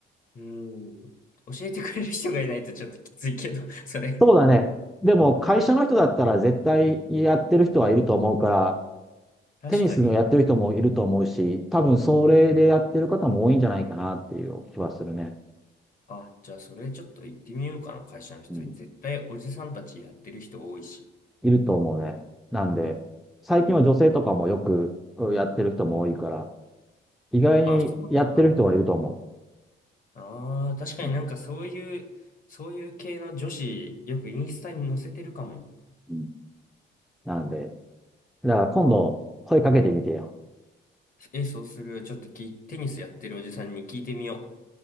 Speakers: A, on the left; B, in the centre.
A: うん。教えてくれる人がいないとちょっときついけど、<laughs> それ。
B: そうだね。でも会社の人だったら絶対やってる人はいると思うから、
A: うん。確かに。
B: テニスのやってる人もいると思うし、多分それでやってる方も多いんじゃないかなっていう気はするね。
A: あ、じゃあ、それちょっと行ってみようかな、会社の人に。
B: うん。
A: 絶対、おじさんたちやってる人多いし。
B: いると思うね。なんで、
A: うん
B: 最近は女性とかもよくやってる人も多いから、意外にやってる人はいると思
A: あ、そうなんだ。ああ、確かになんかそういう、
B: う。うん
A: そういう系の女子、よくインスタに載せてるかも。
B: うんなので、だから今度声かけてみてよ。
A: え、そうする。ちょっときテニスやってるおじさんに聞いてみよ